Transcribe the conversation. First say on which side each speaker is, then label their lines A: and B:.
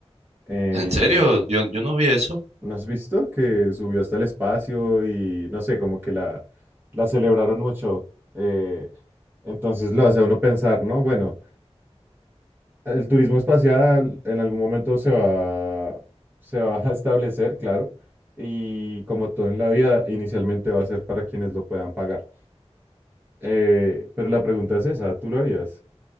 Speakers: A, on the right (about 20°); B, on the right (about 75°).
A: Eh,
B: ¿En serio? Yo, yo no vi eso.
A: ¿no has visto que subió hasta el espacio y no sé, como que la, la celebraron mucho? Eh, entonces lo hace a uno pensar, ¿no? Bueno, El turismo espacial en algún momento se va, se va a establecer, claro, y como todo en la vida, inicialmente va a ser para quienes lo puedan pagar. Eh, pero la pregunta es esa, ¿tú lo harías?